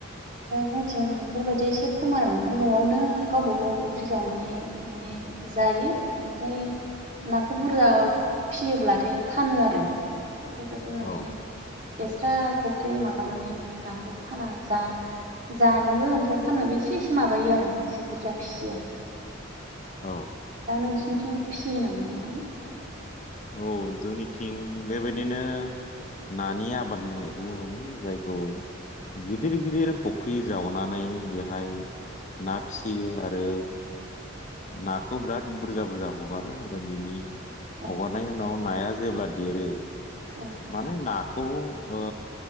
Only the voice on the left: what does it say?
औ
औ
औ जोंनिथिं बेबायदिनो नानि आबाद मावनायखौ नुयो जायखौ गिदिर गिदिर फुख्रि जावनानै बेहाय ना फिसियो आरो नाखौ बिराद बुरजा बुरजा हगारो आरो बिनि
हगारनायनि उनाव नाया जेब्ला देरो
माने नाखौ ओ